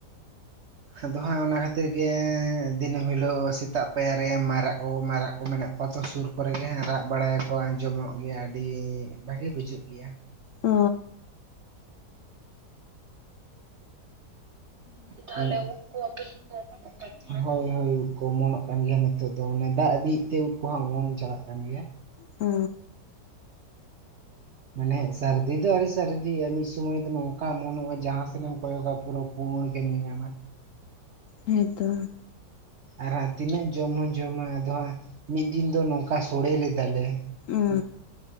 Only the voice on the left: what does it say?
ᱚ
ᱚ
ᱦᱮᱸ ᱛᱚ᱾
ᱚ